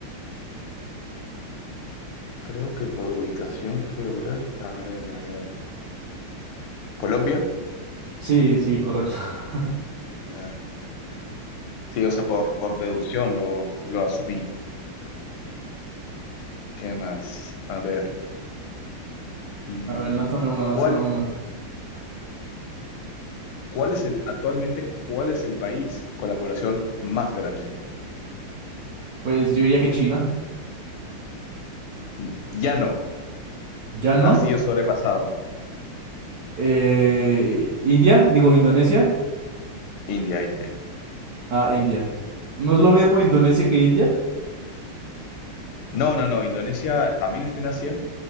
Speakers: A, on the left; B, on the right.
A: Creo que por ubicación geográfica. A ver, a ver. ¿Colombia?
B: Sí, sí, correcto. <laughs>
A: Ya. Sí, o sea, por, por deducción lo, lo asumí. ¿Qué más? A ver. Mm,
B: A ver, lánzame una, lánzame
A: ¿cuál,
B: una.
A: cuál es el, actualmente, cuál es el país con la población más grande?
B: Pues yo diría que China.
A: Mm, Ya no,
B: ¿Ya no?
A: Ha sido sobrepasado.
B: Eh, ¿India? Digo, ¿Indonesia?
A: India, India.
B: Ah, India. ¿No es lo mismo Indonesia que India?
A: No, no, no. Indonesia también está en Asia,